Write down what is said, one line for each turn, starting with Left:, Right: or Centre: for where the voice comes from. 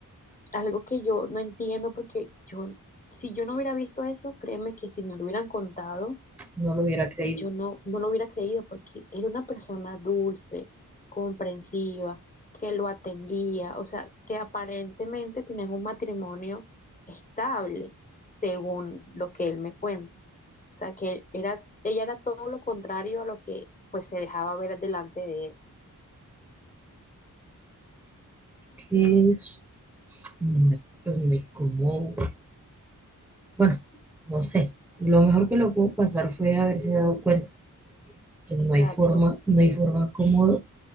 Left: algo que yo no entiendo porque yo, si yo no hubiera visto eso, créeme que si me lo hubieran contado,
Centre: No lo hubiera creído.
Left: yo no, no lo hubiera creído porque era una persona dulce, comprensiva, que lo atendía, o sea, que aparentemente tenían un matrimonio estable, según lo que él me cuenta. O sea, que era, ella era todo lo contrario a lo que pues se dejaba ver delante de él.
Centre: ¿Qué es? No es, no es como, bueno, no sé. Lo mejor que lo pudo pasar fue haberse dado cuenta que no
Left: Exacto.
Centre: hay forma, no hay forma cómo,